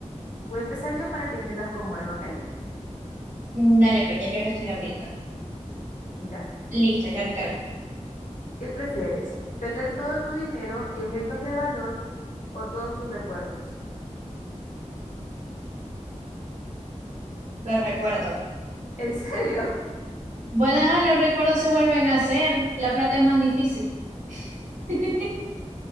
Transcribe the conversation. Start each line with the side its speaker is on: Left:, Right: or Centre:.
Left: Voy a empezar yo para que entiendas cómo es, ¿ok?
Right: Mm, Dale, pues ya yo lo estoy abriendo.
Left: Mira,
Right: Listo, ya me cargo.
Left: ¿qué prefieres? ¿Perder todo tu dinero y objetos de valor o todos tus recuerdos?
Right: Lo recuerdo.
Left: ¿En serio? <laughs>
Right: Bueno, ajá, los recuerdos se vuelven a hacer. La plata es más difícil. <laughs>